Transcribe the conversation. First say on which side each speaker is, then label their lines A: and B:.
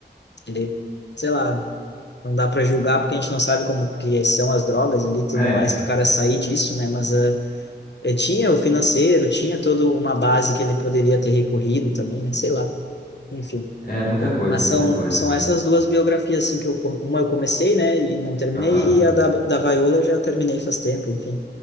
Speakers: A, on the left; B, on the left.
A: ele, sei lá, não dá para julgar porque a gente não sabe como que são as drogas ali e tudo
B: É,
A: mais, para o cara sair disso, né, mas ah, eh, tinha o financeiro, tinha toda uma base que ele poderia ter recorrido também, né, sei lá, enfim.
B: é muita coisa,
A: Mas
B: muita
A: são,
B: coisa.
A: são essas duas biografias, assim, que eu, com- uma eu comecei, né, e não terminei,
B: Aham,
A: e a da, da Viola eu já terminei faz tempo, enfim.